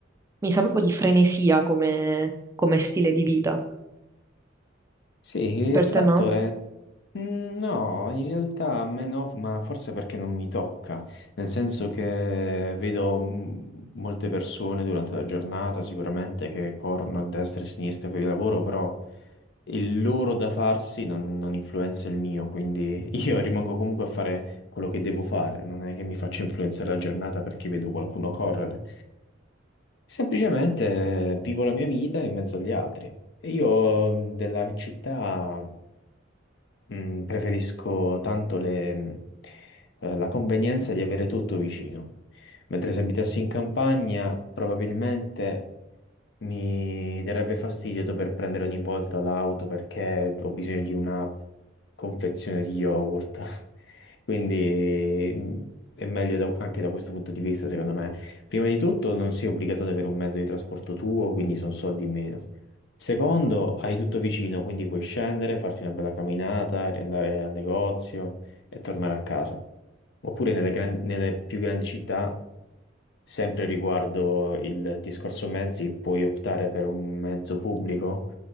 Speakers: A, on the right (about 15°); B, on the left (about 60°).
A: Mi sa proprio di frenesia come, come stile di vita.
B: Sì, il
A: Per
B: fatto
A: te no?
B: è. Mm, No, in realtà a me no, ma forse perché non mi tocca, nel senso che vedo mm, molte persone durante la giornata sicuramente che corrono a destra e a sinistra per il lavoro, però il loro da farsi non, non influenza il mio, quindi io <laughs> rimango comunque a fare quello che devo fare, non è che mi faccio influenzare la giornata perché vedo qualcuno correre, semplicemente eh, vivo la mia vita in mezzo agli altri. E Io mm, della città Mm, preferisco tanto le- mm, eh, la convenienza di avere tutto vicino, mentre se abitassi in campagna probabilmente mi darebbe fastidio dover prendere ogni volta l'auto perché ho bisogno di una confezione di yogurt. <laughs> Quindi mm, è meglio da- anche da questo punto di vista, secondo me. Prima di tutto, non sei obbligato ad avere un mezzo di trasporto tuo, quindi sono soldi in meno. Secondo, hai tutto vicino, quindi puoi scendere, farti una bella camminata, riandare al negozio e tornare a casa. Oppure nelle, gran- nelle più grandi città, sempre riguardo il discorso mezzi, puoi optare per un mezzo pubblico